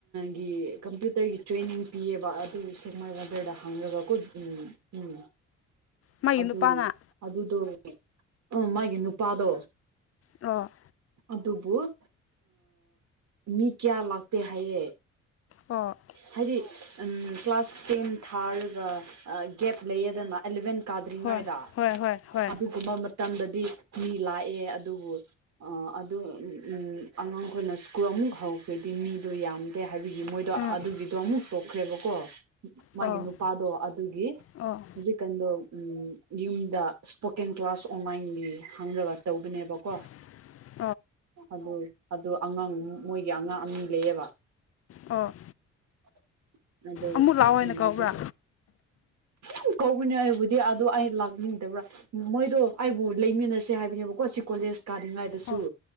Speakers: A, on the right (about 65°); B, on the left (about 50°).
A: ꯒꯤ ꯀꯝꯄ꯭ꯌꯨꯇꯔꯒꯤ ꯇ꯭ꯔꯦꯅꯤꯡ ꯄꯤꯑꯕ ꯑꯗꯨ ꯁꯦꯛꯃꯥꯏ ꯕꯖꯔꯗ ꯍꯥꯡꯉꯒ ꯎꯝ
B: ꯃꯥꯒꯤ
A: ꯑꯗꯨ
B: ꯅꯨꯄꯥꯅ
A: ꯑꯗꯨꯗꯣ ꯎ ꯃꯥꯒꯤ ꯅꯨꯄꯥꯗꯣ
B: ꯑꯣ
A: ꯑꯗꯨꯕꯨ ꯑ ꯃꯤ ꯀꯌꯥ ꯂꯥꯛꯇꯦ ꯍꯥꯏꯌꯦ
B: ꯑꯣ
A: ꯍꯥꯏꯗꯤ ꯎꯝ ꯀ꯭ꯂꯥꯁ ꯇꯦꯟ ꯊꯥꯔꯒ ꯑ ꯒꯦꯞ ꯂꯩꯌꯦꯗꯅ ꯑꯦꯂꯚꯦꯟ ꯀꯥꯗ꯭ꯔꯤꯉꯥꯏꯗ
B: ꯍꯣꯏ ꯍꯣꯏ ꯍꯣꯏ ꯍꯣꯏ
A: ꯑꯗꯨꯒꯨꯝꯕ ꯃꯇ__ ꯃꯇꯝꯗꯗꯤ ꯃꯤ ꯂꯥꯛꯑꯦ ꯑꯗꯨꯕꯨ ꯑ ꯑꯗꯨꯝ ꯎ ꯎꯝ ꯑꯉꯥꯡꯈꯣꯏꯅꯁꯨ__ ꯀꯣ ꯑꯃꯨꯛ ꯍꯧꯈ꯭ꯔꯗꯤ ꯃꯤꯗꯣ ꯌꯥꯝꯗꯦ ꯍꯥꯏꯕꯒꯤ ꯃꯣꯏꯗꯣ
B: ꯎꯝ
A: ꯑꯗꯨꯒꯤꯗꯣ ꯑꯃꯨꯛ ꯇꯣꯛꯈ꯭ꯔꯦꯕꯀꯣ ꯃꯥꯒꯤ
B: ꯑꯣ
A: ꯅꯨꯄꯥꯗꯣ ꯑꯗꯨꯒꯤ
B: ꯑꯣ
A: ꯍꯧꯖꯤꯛꯀꯥꯟꯗꯣ ꯎꯝ ꯌꯨꯝꯗ ꯁ꯭ꯄꯣꯀꯦꯟ ꯀ꯭ꯂꯥꯁ ꯑꯣꯟꯂꯥꯏꯟꯒꯤ ꯍꯪꯂꯒ ꯇꯧꯕꯅꯦꯕꯀꯣ
B: <unintelligible>
A: ꯑꯗꯨ ꯑꯗꯨ ꯑꯉꯥꯡ ꯃꯣꯏꯒꯤ ꯑꯉꯥꯡ ꯑꯅꯤ ꯂꯩꯌꯦꯕ
B: ꯑꯣ
A: <inaudible> ꯑꯗꯨ
B: ꯑꯃꯨꯛ ꯂꯥꯛꯑꯣ ꯍꯥꯏꯅ
A: ꯎꯝ
B: ꯀꯧꯕ꯭ꯔꯥ
A: ꯑꯗꯨ <unintelligible> ꯀꯧꯕꯅꯦ ꯑꯩꯕꯨꯗꯤ ꯑꯗꯨ ꯑꯩ ꯂꯥꯛꯅꯤꯡꯗꯕ꯭ꯔꯥ ꯎꯝ ꯃꯣꯏꯗꯣ ꯑꯩꯕꯨ ꯂꯩꯃꯤꯟꯅꯁꯦ ꯍꯥꯏꯕꯅꯦꯕꯀꯣ ꯁꯤ ꯀꯣꯂꯦꯖ ꯀꯥꯗ꯭ꯔꯤꯉꯥꯏ __ ꯗꯁꯨ
B: ꯑꯣ